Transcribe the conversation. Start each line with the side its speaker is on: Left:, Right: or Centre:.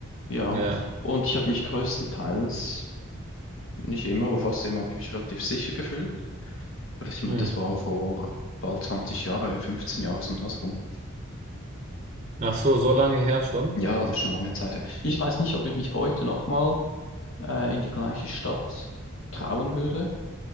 Left: Ja,
Right: ja.
Left: und ich habe mich größtenteils, nicht immer, aber fast immer, habe ich mich relativ sicher gefühlt. Aber ich meine,
Right: Mhm.
Left: das war vor bald 20 Jahre, 15 Jahre, so um das rum.
Right: Ach so, so lange her schon?
Left: Ja, das ist eine lange Zeit her. Ich weiß nicht, ob ich mich heute nochmal äh, in die gleiche Stadt trauen würde.